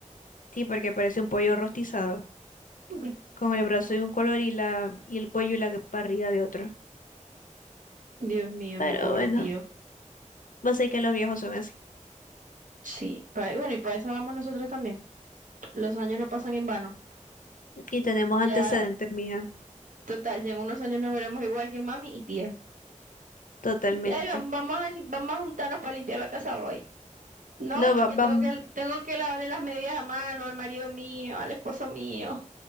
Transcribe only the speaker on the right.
<laughs>
Dios mío,
mi pobre
tío.
Sí, pa- bueno, y para eso vamos nosotros también. Los años no pasan en vano.
Ya,
total, ya en unos años nos veremos igual que mami y tía.
Ya y vam- vamos a, lim- vamos a juntarnos para limpiar la casa hoy. No,
porque
tengo
que, tengo que lavarle las medias a mano al marido mío, al esposo mío.